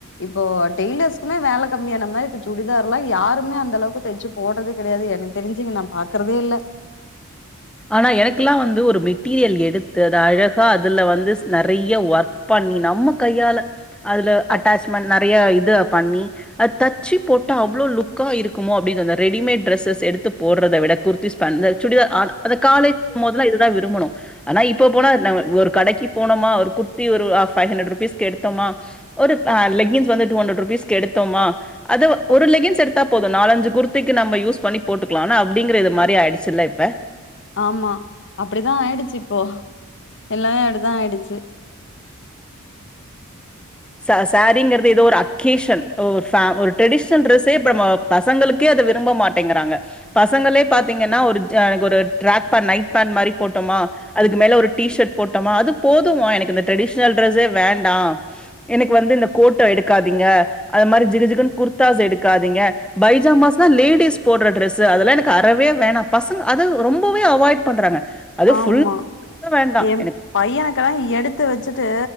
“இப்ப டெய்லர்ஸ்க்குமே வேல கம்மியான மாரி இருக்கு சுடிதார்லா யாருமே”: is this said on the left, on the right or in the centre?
Left